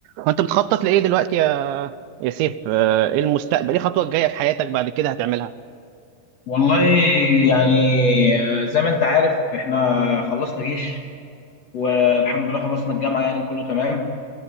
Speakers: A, on the right; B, on the left.
A: فانت بتخطط لايه دلوقتي يا يا سيف آه، ايه المستقبل ايه الخطوه الجايه في حياتك بعد كده هتعملها
B: والله يعني آه، زي ما انت عارف احنا خلصنا جيش والحمد لله خلصنا الجامعة يعني وكله تمام